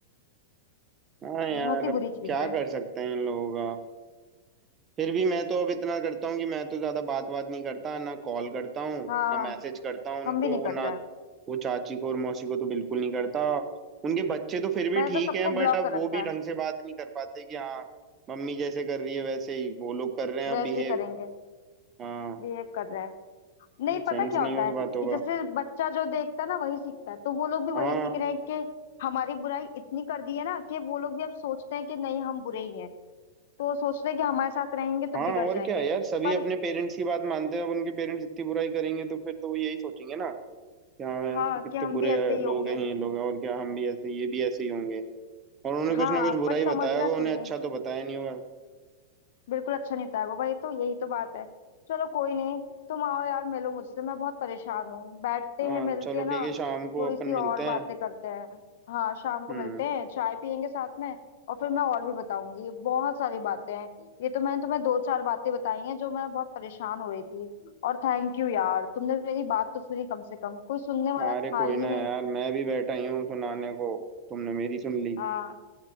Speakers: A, on the right; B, on the left.
A: हाँ यार
B: बहुत ही
A: अब
B: बुरी चीज
A: क्या
B: है
A: कर सकते हैं इन लोगों का फिर भी मैं तो अब इतना करता हूँ कि मैं तो ज्यादा बात बात नहीं करता ना कॉल करता हूँ
B: हाँ
A: ना मैसेज करता हूँ उनको
B: हम भी नहीं करते
A: ना
B: हैं
A: वो चाची को और मौसी को तो बिल्कुल नहीं करता उनके बच्चे तो फिर भी
B: मैंने
A: ठीक
B: तो सबको
A: हैं बट
B: ब्लॉक
A: अब
B: कर
A: वो
B: रखा
A: भी ढंग
B: है
A: से बात नहीं कर पाते कि हाँ मम्मी जैसे कर रही है वैसे ही वो लोग कर रहे हैं
B: वैसे
A: बिहेव
B: ही करेंगे
A: हाँ
B: बिहेव कर रहे हैं नहीं पता
A: सेंस
B: क्या
A: नहीं
B: होता
A: है उस
B: है
A: बातों
B: कि जैसे
A: का
B: बच्चा जो देखता है ना वही सीखता है तो वो लोग भी वही
A: हाँ
B: सीख रहे हैं कि हमारी बुराई इतनी कर दी है ना कि वो लोग भी अब सोचते हैं कि नहीं हम बुरे ही हैं तो वो सोचते हैं कि हमारे साथ रहेंगे तो
A: हाँ
B: बिगड़
A: और
B: जाएंगे
A: क्या यार सभी
B: पर
A: अपने पेरेंट्स की बात मानते हैं अब उनके पेरेंट्स इतनी बुराई करेंगे तो फिर तो वो यही सोचेंगे ना कि हाँ
B: हाँ
A: इसके कितने
B: कि हम
A: बुरे
B: भी ऐसे ही
A: लोग
B: होंगे
A: हैं ये लोग और क्या हम भी ऐसे ये भी ऐसे ही होंगे और उन्होंने कुछ
B: हाँ
A: ना कुछ बुरा
B: पर
A: ही
B: समझना
A: बताया होगा
B: चाहिए
A: उन्हें अच्छा तो बताया नहीं होगा
B: बिल्कुल अच्छा नहीं होता है वो वही तो यही तो बात है चलो कोई नहीं तुम आओ यार मिलो मुझसे मैं बहुत परेशान हूँ बैठते
A: हाँ
B: हैं मिलके
A: चलो
B: ना
A: ठीक है शाम को
B: थोड़ी
A: अपन
B: सी और
A: मिलते हैं
B: बातें करते हैं हाँ शाम को
A: हम्म
B: मिलते हैं चाय पियेंगे साथ में और फिर मैं और भी बताऊंगी ये बहुत सारी बातें हैं ये तो मैंने तुम्हें दो चार बातें बताई हैं जो मैं बहुत परेशान हो रही थी और थैंक यू यार तुमने मेरी बात तो सुनी कम से कम कोई सुनने वाला
A: अरे
B: था
A: कोई
B: ही
A: ना
B: नहीं
A: यार मैं भी बैठा ही हूँ सुनाने को तुमने मेरी सुन ली
B: हाँ